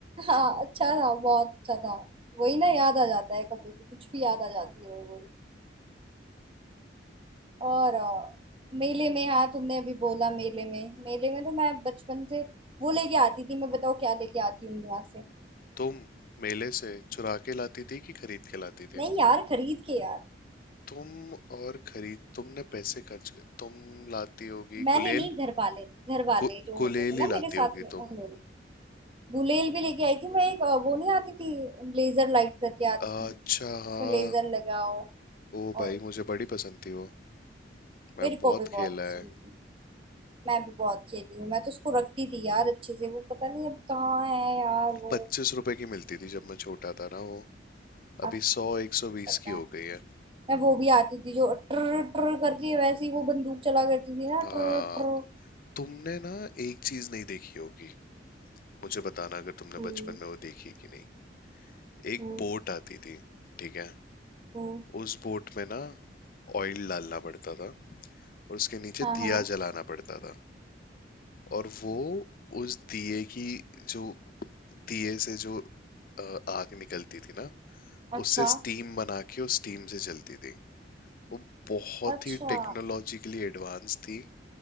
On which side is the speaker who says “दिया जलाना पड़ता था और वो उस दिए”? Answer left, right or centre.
Left